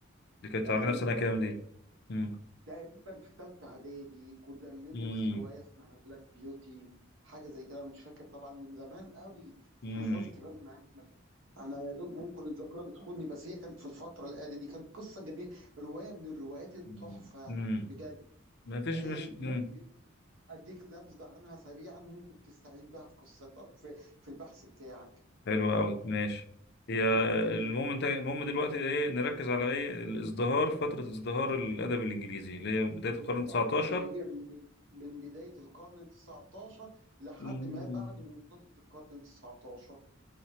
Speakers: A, on the left (about 55°); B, on the right (about 75°).
A: دي كانت
B: احنا
A: على نفسنا
B: درسنا
A: كام دي امم
B: تقريبا في ثالثه اعدادي كنا بندرس
A: امم
B: روايه اسمها بلاك بيوتي حاجه زي كده أنا مش فاكر طبعا من زمان قوي
A: امم
B: احنا خلاص كبرنا يا احمد انا يا دوب ممكن الذاكره بتخوني بس هي كانت في الفتره الاعداديه دي كانت قصه جميله روايه من الروايات التحفه
A: <laughs> امم
B: بجد
A: ما فيش
B: آه،
A: مش
B: البلاك
A: مم.
B: بيوتي اديك نبذه عنها سريعا ممكن تستعين بها في قصتها في في البحث بتاعك
A: حلو قوي ماشي هي
B: تمام
A: المهم انت المهم دلوقتي ايه نركز على ايه الازدهار فترة ازدهار الادب الانجليزي اللي هي بداية القرن
B: بالظبط
A: 19
B: اللي هي من بد- من بداية القرن التسعتاشر لحد
A: مم.
B: ما بعد منتصف القرن التسعتاشر